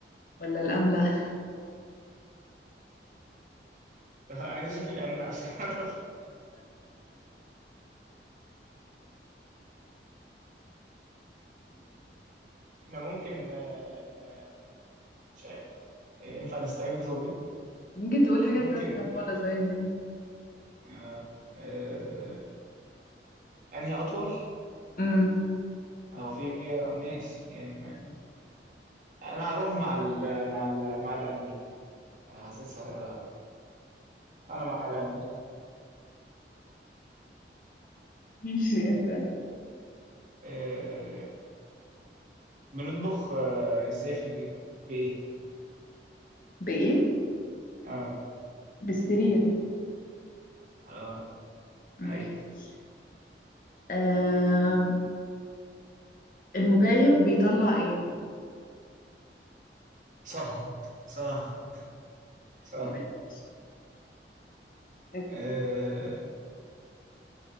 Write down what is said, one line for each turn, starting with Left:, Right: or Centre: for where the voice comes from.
Left: ولا الأملة
Right: <laughs> عايز أشوف الأمل عشان أعرف إحنا ممكن آه، آه، مش عارف آه، ينفع نستعين بصديق
Left: <laughs> ممكن تقول حاجة
Right: ممكن
Left: تالتة خالص
Right: آه،
Left: عادي
Right: آه، آه، أنهي أطول
Left: امم
Right: أو في آه، ماشي يعني ما- أنا هروح مع ال مع ال مع الأمل حاسسها أنا مع الأمل
Left: ماشي اسأل
Right: آه، بنطبخ آه، ازاي في البيت بايه
Left: بإيه
Right: اه
Left: بالسرير
Right: اه ايوه
Left: ماشي أم المكيف بيطلع إيه
Right: صهد صهد صهد
Left: <laughs> اسأل
Right: آه